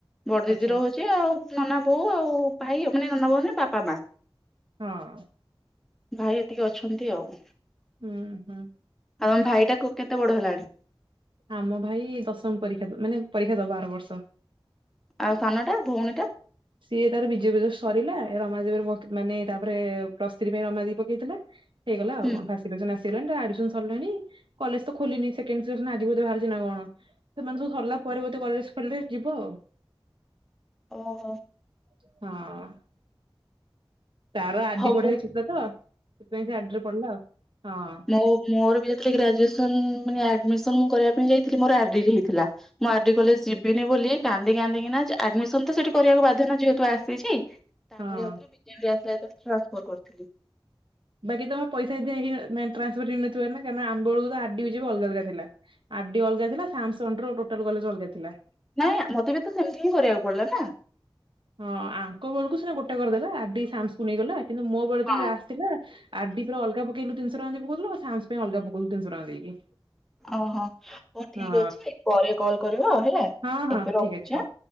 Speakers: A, in the centre; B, on the right (about 60°).
A: ବଡଦିଦିର
B: ଆଚ୍ଛା
A: ହୋଉ ଚି ଆଉ ନନା ବୋଉ ଆଉ ଭାଇ ମାନେ ନନା ବୋଉମାନେ ବାପା ମା।
B: ହଁ।
A: ଭାଇ ଏତିକି ଅଛନ୍ତି ଆଉ।
B: ହୁଁ ହୁଁ।
A: ଆଉ ଆମ ଭାଇଟାକୁ କୋ କେତେ ବଡ ହେଲାଣି?
B: ଆମ ଭାଇ ଦଶମ ପରୀକ୍ଷା ମାନେ ପରୀକ୍ଷା ଦବ ଆର ବର୍ଷ‌।
A: ଆଉ ସାନଟା ଭୋଉଣୀଟା?
B: ସିଏ ତାର ବିଜେପିରେ ସରିଲା ଏ ରମାଦେବି ରେ ପକ୍ ମାନେ ତାପରେ ପ୍ରସ ଥ୍ରୀ ପାଇଁ ରମାଦେବୀ ପକେଇଥିଲା। ହେଇଗଲା ଆଉ
A: ହୁଁ।
B: କଣ ଫାଷ୍ଟ ସିଲେକ୍ସନ ଆସ ଗଲାଣି। ତା ଆଡିମିସନ ସରଲାଣି। କଲେଜ ତ ଖୋଲିିନି ସେକେଣ୍ଡ ଫେଜ୍ ନା ଆଜି ବୋଧେ ବାହାରୁଚି ନା କଣ? ସେମାନେ ସବୁ ସରଲା ପରେ ବୋଧେ କଲେଜ ଖୋଲିଲେ ଯିବ ଆଉ।
A: ଓହୋ
B: ହଁ ତାର ଆର
A: ହଉ
B: ଡି ପଢ଼ିବାର ଇଚ୍ଛା ଥିଲା ତ। ସେଥିପାଇଁ ସେ ଆର ଡିରେ ପଢିଲା ଆଉ। ହଁ।
A: ମୁଁ ମୋର ବିଯେ ଗ୍ରାଜୁଏସନ ଆଡମିସନ ମୁଁ ମାନେ ଆଡ଼ମିସନ କରିବା ପାଇଁ ଯାଇଥିଲି ମୋର ଆର ଡି ବି ହେଇଥିଲା। ମୁଁ ଆର ଡି କଲେଜ ଯିବିନି ବୋଲି କାନ୍ଦି କାନ୍ଦି କିନା ଆଡମିସନ ତ ସେଠି କରିବାକୁ ବାଧ୍ୟ ଯେହେତୁ ଆସିଛି। ତାପରେ
B: ହଁ।
A: ଆଉ ଥରେ ବିଜେବିରେ ଆସିଲା ଯେତେବେଳେ ଟ୍ରାନ୍ସଫର କରଥିଲି।
B: ବାକି ତମେ ପଇସା ଏସବି ହେ ଟ୍ରାସଫର ହେଇନଥିବାର କାରଣ ଆମ ବେଳକୁ ଆର ଡି ବିଜେବି ଅଲଗା ଅଲଗା ଥିଲା। ଆର ଡି ଅଲଗା ଥିଲା ସାମସ ଅଣ୍ଡର ଟୋଟାଲ କଲେଜ ଅଲଗା ଥିଲା।
A: ନାଇଁ ମତେ ବି ତ ସେମତି ହିଁ କରିବାକୁ ପଡଲା ନା।
B: ହଁ ଆଙ୍କ ବୋଳୁକୁ ସିନା ଗୋଟେ କରଦେଲା। ଆର ଡି ସାମସକୁ ନେଇ ଗଲା। କିନ୍ତୁ ମୋ ଯେମିତି
A: ହଁ
B: ଆସ ଥିଲା ଆର ଡି ପୁରା ଅଲଗା ପକେଇଲୁ ତିିନିଶହ ଟଙ୍କା ପକୋଉଥିଲ ଆଉ ସାମସ ପାଇଁ ଅଲଗ ପକୋଉଥିଲୁ ତିନିଶହ ଟଙ୍କ ଦେଇକି।
A: ଅହ ହୋଉ ଠିକ
B: ହଁ
A: ଅଛି ପରେ କଲ କରିବ ହେଲା?
B: ହଁ ହଁ
A: ଏବେ ରଖୁଛି
B: ଠିକ ଅଛି ହଉ
A: ଆଁ